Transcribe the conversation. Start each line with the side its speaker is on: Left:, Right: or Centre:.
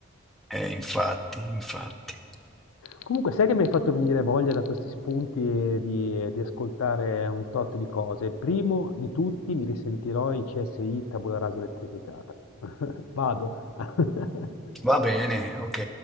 Centre: eh, infatti, infatti.
Left: Comunque, sai che mi hai fatto venire voglia da questi spunti e di, di ascoltare un tot di cose. Primo di tutti mi risentirò i CSI Tabula Rasa Elettrificata. <laughs> Vado. <laughs>
Centre: Va bene, ok.